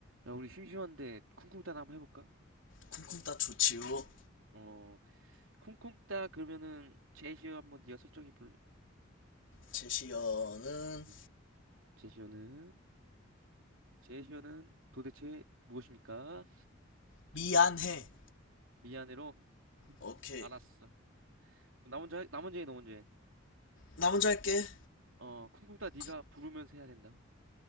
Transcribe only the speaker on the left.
쿵쿵따 좋지요.
제시어는
미안해.
오케이.
나 먼저 할게.
쿵-